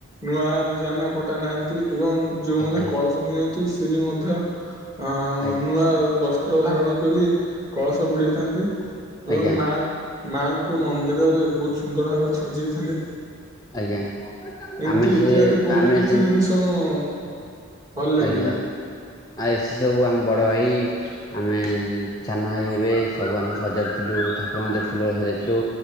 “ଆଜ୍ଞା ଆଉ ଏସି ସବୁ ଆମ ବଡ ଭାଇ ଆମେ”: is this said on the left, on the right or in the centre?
Left